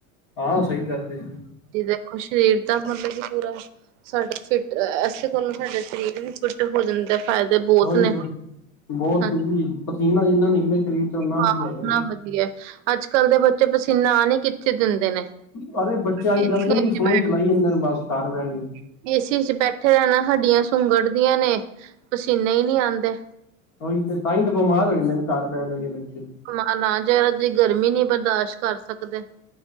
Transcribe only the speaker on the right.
ਦੇਖੋ ਸਰੀਰ ਤਾਂ ਬਂਦੈ ਵਿਚ ਪੂਰਾ ਹੈ। ਸਾਡਾ ਫਿੱਟ ਐ - ਐ ਐਸੇ ਕੋੋਲੋਂ ਸਾਡਾ ਸਰੀਰ ਨ ਫਿੱਟ ਹੋ ਜਾਂਦਾ। ਫਾਇਦੇ ਬਹੁਤ
ਨੇ
ਹਾਂ
ਹਾਂ
ਨਾ ਵਧੀਆ ਅੱਜ ਕੱਲ ਦੇ ਬੱਚੇ ਪਸੀਨਾ ਆਨ ਈ ਕਿੱਥੇ ਦਿੰਦੇ ਨੇ।
ਏਸੀ
ਚ
ਕਿ ਅਸੀ ਅਸੀ ਬੈਠੇ ਰਹਿਨੇ ਹੱਡੀਆਂ ਸੁੰਗੜਦੀਆਂ ਨੇ ਪਸੀਨੇ ਹੀ ਨਹੀਂ ਆਉਂਦੇ।
ਬਿਮਾਰ ਨਾ ਅਜ ਦੀ ਗਰਮੀ ਨੀ ਬਰਦਾਸ਼ ਕਰ ਸਕਦੇ।